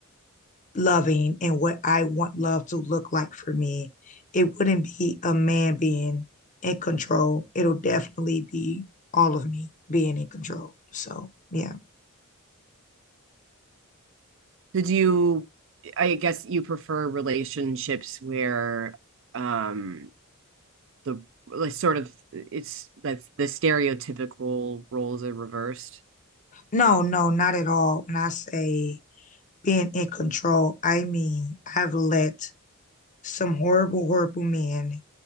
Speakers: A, on the left; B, on the right.
A: loving and what I want love to look like for me. It wouldn't be a man being in control. It'll definitely be all of me being in control. So, yeah.
B: did you i guess you prefer relationships where um the like sort of it's like the stereotypical roles are reversed
A: No, no, not at all. When I say being in control, I mean I've let some horrible, horrible men